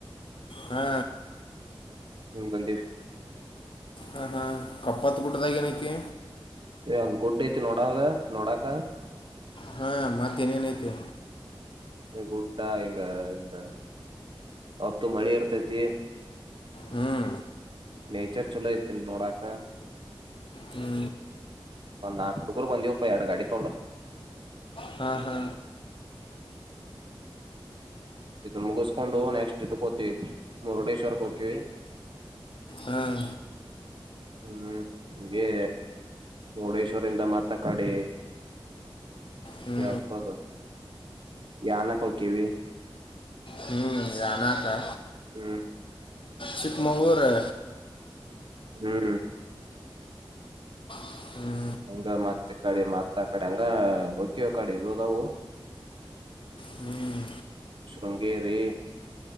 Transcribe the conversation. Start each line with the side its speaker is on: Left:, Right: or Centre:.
Left: ಹಾ
Right: ಬಂದಿವ
Left: ಹ್ಮ ಹಾ ಕಪ್ಪತ್ತು ಗುಡದಾಗ ಏನೈತಿ
Right: ಒಂದ್ ಗುಡ್ ಐತಿ ನೋಡಾಗ ನೋಡಕ
Left: ಹಾ ಮತ್ತೇನ ಏನಐತೆ
Right: ಗುಡ್ಾ ಈಂಗ ಹಂಗ ಹತ್ತು ಮಳಿ ಇರ್ತೈತಿ
Left: ಹ್ಞೂ
Right: ನೇಚರ್ ಚಲೋ ಐತಿನ್ ನೋಡಾಕ
Left: ಹ್ಞೂ
Right: ಒ ನಾ ಹುಡುಗರು ಬಂದವಪ್ಪ ಎರಡು ಗಾಡಿ ತೊಂಡ್ರ
Left: ಹ್ಮ ಹಾ
Right: ಇದ ಮುಗಿಸ್ಕೊಂಡು ನೆಕ್ಸ್ಟ್ ಇದಕೋತವಿ ಮುರುಡೇಶ್ವರ್ಕ್ಕೆೋಕವಿಿ
Left: ಹಾಂ
Right: ಹ್ಮ್ ನಿಮಗೆ ಮುರುಡೇಶ್ವರಿಂದ ಮಾತ್ರ ಕಡಿ
Left: ಹ್ಞೂ
Right: ಯಪ್ಪದ ಯನ ಓಕೆವಿ
Left: ಹ್ಮ್ ಜಾನಕ್ಕ
Right: ಹ್ಮ್
Left: ಚಿಕ್ಕಮಗಳೂ
Right: ಹ್ಮ್
Left: ಹ್ಮ್
Right: ಹಂಗ ಮತ್ತೆ ಕಡೆ ಮತ್ತ ಆ ಕಡೆ ಹಂಗ ಹೊಕ್ಯ ಕಡೆ ಇದವು
Left: ಹ್ಮ್
Right: ಶೃಂಗೇರಿ